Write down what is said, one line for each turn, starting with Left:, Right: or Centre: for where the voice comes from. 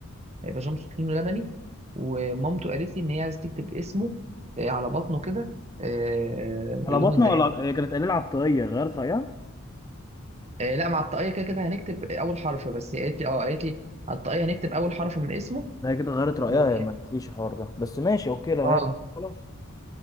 Right: هيبقى جامب سوت لونه لبني ومامته قالت لي ان هي عايز تكتب اسمه آه، على بطنه كده آه،
Left: على
Right: باللون
Left: بطنه
Right: الذهبي
Left: ولا هي كانت قليله على الطاقيه غيرت رايها
Right: آه، لا مع الطاقية كده كده هنكتب اول حرف بس هي قالت لي اه قالت لي على الطاقية هنكتب اول حرف من اسمه
Left: لا هي كده غيرت رايها
Right: و...
Left: هي ما قالتليش الحوار ده بس ماشي اوكي لو
Right: اه
Left: هي خلاص